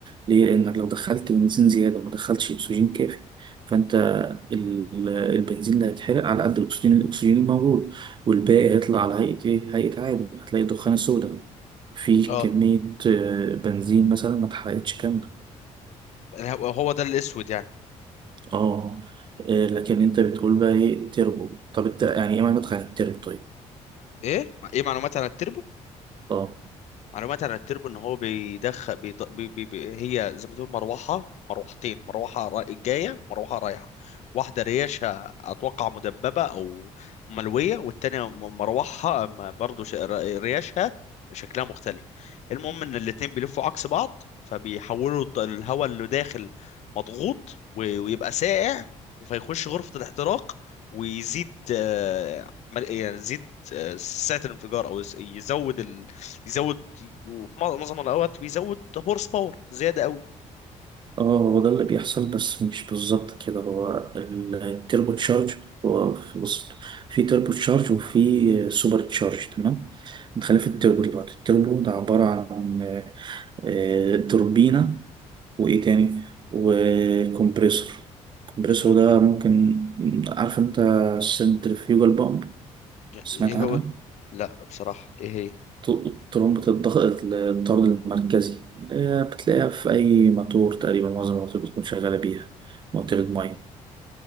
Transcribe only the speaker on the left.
اه
هو هو ده الاسود يعني
ايه ايه معلومات عن التربو
معلومات عن التربو ان هو بيدخل بيض... بي... بي... بي... هي زي ما تقول مروحه مروحتين مروحه را... جايه ومروحه رايحه واحده ريشها اتوقع مدببه او ملويه والتانيه م- مروحها م- برضو ش... ر- ريشها شكلها مختلف المهم ان الاتنين بيلفوا عكس بعض فبيحولوا الض- الهواء اللي داخل مضغوط و... ويبقى سائع فيخش غرفه الاحتراق ويزيد آه، مل- يعني يزيد آه، سعه الانفجار او يس- يزود يزود وفي معظم معظم الاوقات بيزود هورس باور زياده قوي
جميل
ج-
ايه
هو لا بصراحه ايه هي